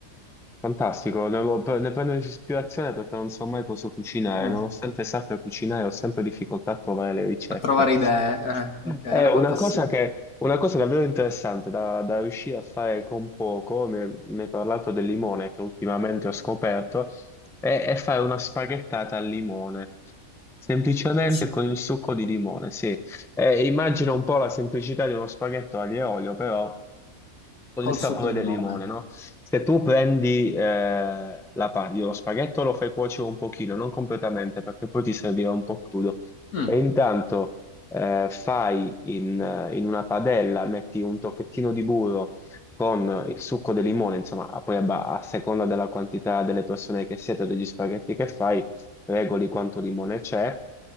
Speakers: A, in the centre; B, on the left.
A: Fantastico, ne, avevo- pre- ne prendo ispirazione perché non so mai cosa cucinare,
B: Mm.
A: nonostante sappia cucinare ho sempre difficoltà a trovare le ricette.
B: A trovare idee, eh, ok, alle
A: È una
B: volte
A: cosa
B: sì.
A: che, una cosa davvero interessante da, da riuscire a fare con poco, mi mi hai parlato del limone che ultimamente ho scoperto, è, è fare una spaghettata al limone, semplicemente
B: Su-
A: con il succo di limone, sì. Eh, immagino un po' la semplicità di uno spaghetto aglio e olio, però con
B: Col
A: il sapore
B: succo di
A: del
B: limone.
A: limone, no? Se tu prendi eh, la paglia, lo spaghetto lo fai cuocere un pochino, non completamente, perché poi ti servirà un po' crudo
B: Mm,
A: e intanto eh, fai in, eh, in una padella, metti un tocchettino di burro con il succo del limone, insomma, poi a, ba- a seconda della quantità delle persone che siete o degli spaghetti che fai, regoli quanto limone c'è.